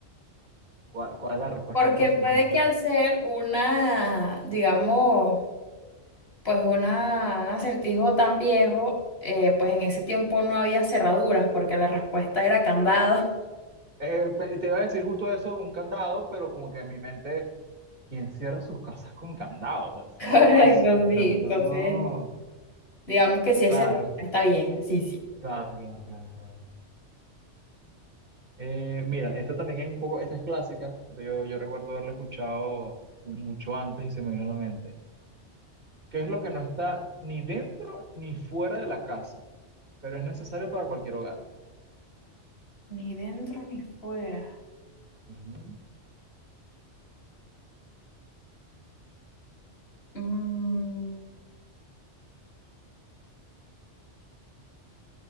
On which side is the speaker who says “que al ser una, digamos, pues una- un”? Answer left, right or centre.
Left